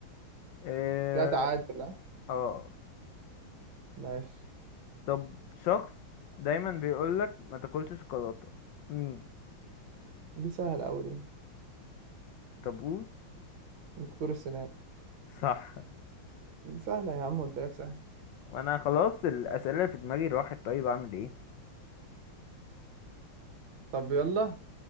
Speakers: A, on the left; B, on the right.
A: اه
B: كده تعادل ها؟
A: آه.
B: ماشي
A: طب شخص دايما بيقولك ما تاكلش شوكولاتة مين
B: دي سهلة أوي دي
A: طب قول
B: دكتور السنان
A: صح
B: دي سهلة يا عم قلت لك سهلة
A: وانا خلاص الاسئلة اللي في دماغي راحت طيب اعمل ايه
B: طب يلا